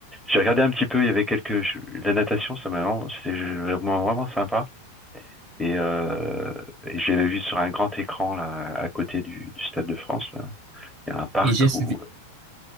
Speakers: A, in the centre; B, on the right.
A: j'ai regardé un petit peu. Il y avait quelques, je- la natation, ça m'a vraiment, c'était vraiment, vraiment sympa. Et, euh, et je vu sur un grand écran là, à côté du, du Stade de France. Là. Il y a un parc
B: Et j'ai suivi,
A: où,